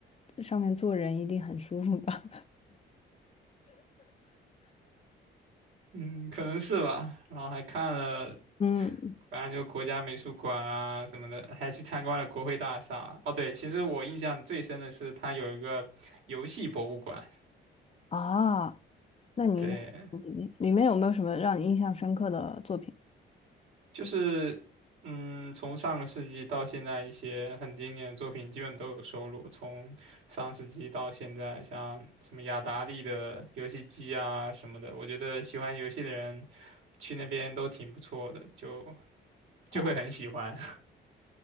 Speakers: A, on the left (about 30°); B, on the right (about 75°).
A: 上面坐人一定很舒服吧？
B: 嗯，可能是吧。然后还看了，
A: 嗯
B: 反正就国家美术馆啊什么的，还去参观了国会大厦。哦，对，其实我印象最深的是它有一个游戏博物馆，
A: 啊。那你应该很激励里面有没有什么让你印象深刻的作品？
B: 对。就是，嗯，从上个世纪到现在，一些很经典的作品基本都有收录。从上世纪到现在，像什么雅达利的游戏机啊什么的，我觉得喜欢游戏的人去那边都挺不错的，就
A: 啊？
B: 就会很喜欢。